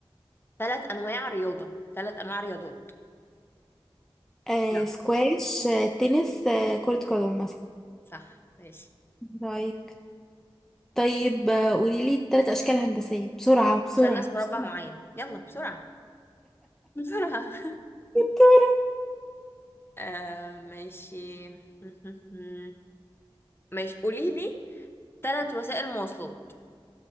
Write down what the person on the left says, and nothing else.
تلات انواع رياضه تلات انواع رياضات
يلا
صح ماشي
مثلث مربع
معين يلا بسرعه بسرعه <laughs>
آه ماشي <laughs> ماشي قوليلي تلات وسائل مواصلات